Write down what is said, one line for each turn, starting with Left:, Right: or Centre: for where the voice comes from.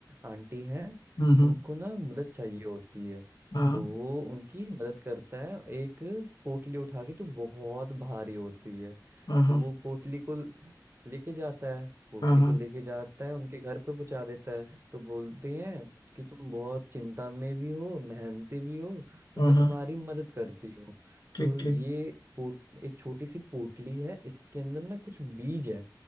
Right: आंटी है
Left: हम्म हम्म
Right: उनको ना मदद चाहिए होती है
Left: हाँ
Right: तो वो उनकी मदद करता है एक पोटली उठा के जो बहुत भारी होती है
Left: हाँ हाँ
Right: तो वो पोटली को लेके जाता है पोटली
Left: हाँ हाँ
Right: को लेके जाता है उनके घर पे पहुंचा देता है तो बोलती हैं कि तुम बहुत चिंता में भी हो मेहनती भी हो तो
Left: हाँ
Right: मैं
Left: हाँ,
Right: तुम्हारी मदद करती हूँ
Left: ठीक
Right: तो
Left: ठीक
Right: ये पोट एक छोटी सी पोटली है इसके अंदर ना कुछ बीज है